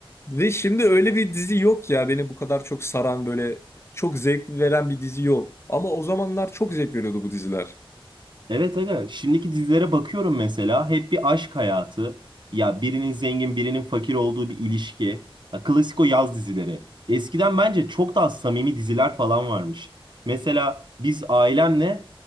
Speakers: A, on the left; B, on the right.
A: Ve şimdi öyle bir dizi yok ya beni bu kadar çok saran böyle çok zevk veren bir dizi yok. Ama o zamanlar çok zevk veriyordu bu diziler.
B: Evet aga, şimdiki dizilere bakıyorum mesela hep bir aşk hayatı. Ya birinin zengin birinin fakir olduğu bir ilişki. Ya, klasik o yaz dizileri. Eskiden bence çok daha samimi diziler falan varmış. Mesela biz ailemle